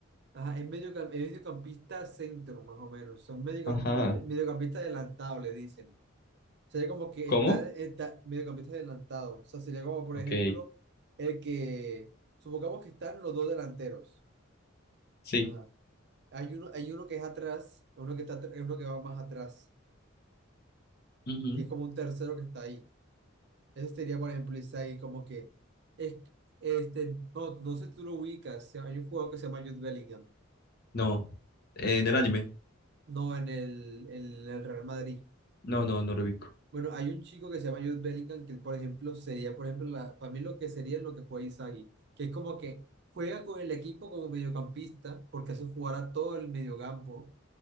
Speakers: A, on the right (about 55°); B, on the left (about 50°).
A: Ajá, es medio, es mediocampista centro, más o menos. Son medio,
B: Ajá.
A: mediocampista adelantado, le dicen. Sería como que
B: ¿Cómo?
A: está, está mediocampista adelantado. O sea, sería como, por
B: Ok.
A: ejemplo, el que, supongamos que están los dos delanteros.
B: Sí.
A: Ajá. Hay uno, hay uno que es atrás, uno que está, atr- uno que va más atrás,
B: Ujú.
A: que es como un tercero que está ahí. Ese sería, por ejemplo, Isagi, como que, es, este, no, no sé si tú lo ubicas, se- hay un jugador que se llama Jude Bellingham,
B: No. Eh, En el anime.
A: no en el, en el Real Madrid.
B: No, no, no lo ubico.
A: Bueno, hay un chico que se llama Jude Bellingham que, por ejemplo, sería, por ejemplo, la, para mí lo que sería lo que juega Isagi, que es como que juega con el equipo como mediocampista, porque hace jugar a todo el mediocampo.